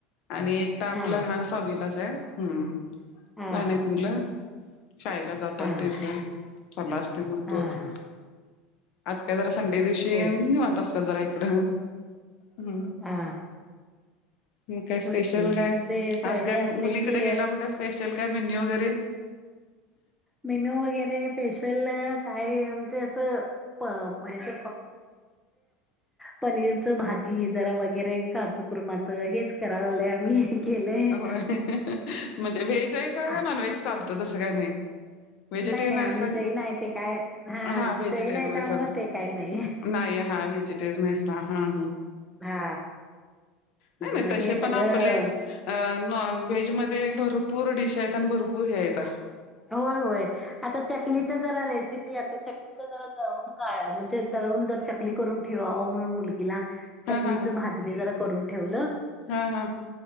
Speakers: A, on the left (about 40°); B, in the centre.
A: आणि एक तर आपलं
B: हा
A: लहानसावीलाच आहे हम् प
B: हा
A: नाही
B: हा
A: आहेत मुलं शाळेला जातात
B: हा
A: तेथ चला असते मग
B: हा
A: रोज
B: हा
A: का जरा संडे दिवशी
B: होय
A: निवत
B: की
A: असतात जरा इकड ह
B: हा
A: मग काय स्पेशल
B: होय की
A: नाही
B: ते
A: आज काय
B: हे
A: मुलीकडे
B: असले की
A: गेला म्हण स्पेशल काय मेनओ करे
B: मेनू वगैरे स्पेशल काय म्हणजे असं हच पनीरच भाजी जरा वगैरे काजू कुरमाच हेच करायला लाले आम्ही केलंय
A: हो म्हणजे व्हेज आहेयचा
B: हा
A: का नॉन व्हेज चालत तसं काय नाही व्हेजिटेरियन
B: नाही नाही
A: आहे
B: आम्ही जैन ते काय
A: हा व्हेजिटेरियन
B: जैन आहे त्यामुळे ते काय नाही.
A: नाही हा वेजिटेर म हा ह
B: हा
A: नाही नाही
B: मग
A: तसे
B: हे सगळं
A: पण आपले नॉन व्हेज मध्ये भरपूर डिश आहेत आणि भरपूर हे आहेतेत
B: होय होय आता चकलीच जरा रेसिपी आता चकलीच जरा द का म्हणजे दळून जर चकली करून ठेवावं म्हणून मुलगीला चकलीचे
A: हा हा हा
B: भाजणी जरा करून ठेवलं
A: हा हा